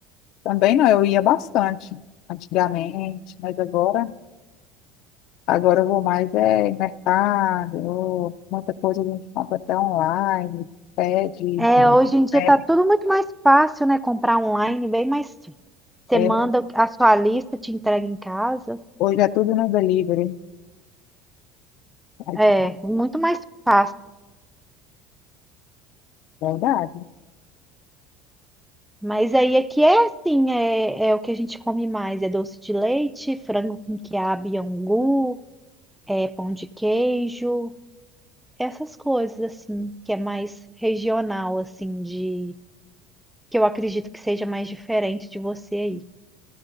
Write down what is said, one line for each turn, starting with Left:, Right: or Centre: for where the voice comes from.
Left: também não, eu ia bastante antigamente, mas agora. Agora eu vou mais é, em mercado, eu- muita coisa a gente compra até online, pede.
Centre: É, hoje em dia
Left: né?
Centre: tá tudo muito mais fácil, né? Comprar online, bem mais. Você
Left: É,
Centre: manda a sua lista, te entrega em casa.
Left: hoje é tudo no delivery. Aí
Centre: É,
Left: disse, "Ah,
Centre: muito mais fácil.
Left: Verdade.
Centre: Mas aí aqui é assim, é, é o que a gente come mais, é doce de leite, frango com quiabo e angu, é pão de queijo, Essas coisas, assim, que é mais regional, assim, de... Que eu acredito que seja mais diferente de você aí.